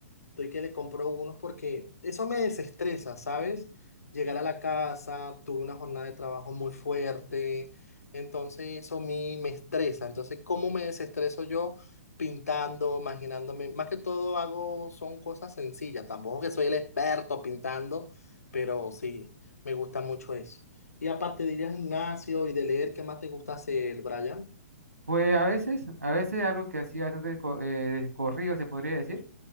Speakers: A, on the left; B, on the right.
A: Estoy que le compro unos porque eso me desestresa, ¿sabes? Llegar a la casa, tuve una jornada de trabajo muy fuerte, entonces eso a mí me estresa. Entonces, ¿cómo me desestreso yo? Pintando, imaginándome. Más que todo hago, son cosas sencillas. Tampoco que soy el experto pintando, pero sí, me gusta mucho eso. Y aparte de ir al gimnasio y de leer, ¿qué más te gusta hacer, Brian?
B: Pues a veces, a veces algo que hacía bastante co- eh, de corrido, se podría decir,